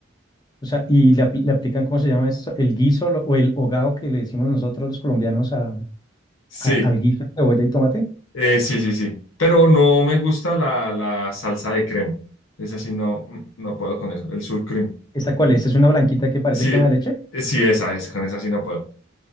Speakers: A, on the left; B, on the left.
A: O sea, y le, apl- le aplican, ¿cómo se llama eso? El guiso lo- o el hogao que le decimos nosotros los colombianos a,
B: Sí,
A: a- al guiso de cebolla y tomate.
B: eh, sí, sí, sí. Pero no me gusta la, la salsa de crema. Esa sí no, mm, no puedo con eso. El sour cream.
A: ¿Esa cuál es? ¿Es una blanquita que parece
B: Sí,
A: crema
B: eh,
A: de leche?
B: eh, sí, esa, esa, con esa sí no puedo.